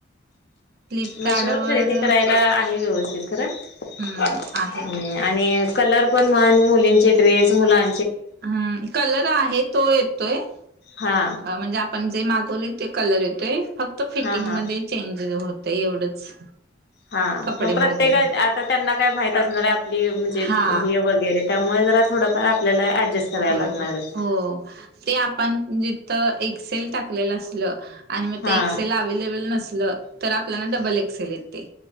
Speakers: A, on the right; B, on the left.
A: फ्लिपकार्ट
B: मेशोवर,
A: वर
B: खरेदी करायला, आहे व्यवस्थित, खरं
A: हम्म आहे
B: आणि कलर पण म्हण, मुलींचे ड्रेस, मुलां
A: हम्, कलर आहे तो येतोय,
B: हा
A: म्हणजे आप पण जे मागवले ते कलर येतोय, फक्त फिटिंगमध्ये
B: हा हा
A: चेंज होतय, एवढंच
B: हा,
A: कपडे
B: त्यम प्रत्येका,
A: मागेल
B: आता त्यांना काय माहित असणार आहे, आपली म्हणजे
A: हा
B: हे वगैरे त्यामुळं, जरा थोडंफार, आपल्याला ऍडजस्ट करायला
A: होय
B: लागणारच
A: हो, हो, ते आपण जिथं, एक्सेल टाकलेलं असलं आन म
B: हा
A: ते एक्सेल अवे्लेबल नसलं, तर आपल्याला डबल एक्सेल येतय.